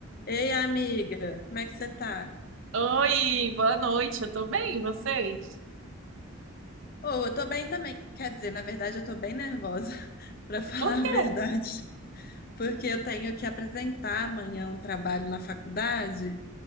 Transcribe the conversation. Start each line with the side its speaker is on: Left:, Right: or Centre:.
Left: Ei, amiga, como é que você tá?
Right: Oi, boa noite, eu tô bem, e vocês?
Left: Oh, eu tô bem também. Quer dizer, na verdade, eu tô bem nervosa, <laughs> pra falar
Right: Por
Left: a
Right: quê?
Left: verdade, porque eu tenho que apresentar amanhã um trabalho na faculdade